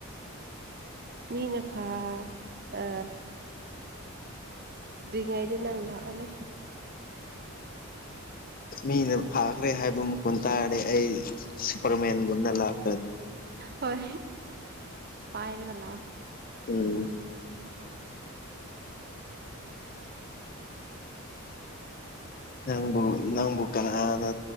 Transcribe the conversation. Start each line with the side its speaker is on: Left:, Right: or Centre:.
Right: ꯃꯤꯅ ꯐꯥ ꯑ ꯔꯤꯉꯥꯏꯗꯅ ꯂꯥꯛꯑꯣꯅꯅꯦ
Left: ꯃꯤꯅ ꯐꯥꯈ꯭ꯔꯦ ꯍꯥꯏꯕ ꯃꯈꯣꯟ ꯇꯥꯔꯦ ꯑꯩ ꯁꯨꯄꯔꯃꯦꯟꯒꯨꯝꯅ ꯂꯥꯛ
Right: ꯍꯣꯏ ꯄꯥꯏꯔꯒꯂ
Left: ꯎꯝ ꯅꯪꯕꯨ ꯅꯪꯕꯨ ꯀꯅꯥꯅ